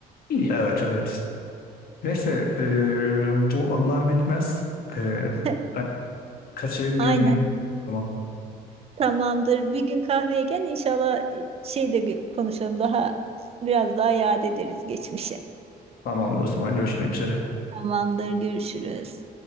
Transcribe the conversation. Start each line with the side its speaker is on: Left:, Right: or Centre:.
Left: İyi. Evet evet. Neyse eee, bu anlar bitmez. Eee,
Right: <laughs>
Left: ben kaçayım
Right: Aynen.
Left: yarın yine. Tamam.
Right: Tamamdır. Bir gün kahveye gel inşallah e, şey de gö- konuşalım daha biraz daha yad ederiz geçmişi.
Left: Tamam o zaman görüşmek üzere.
Right: Tamamdır. Görüşürüz.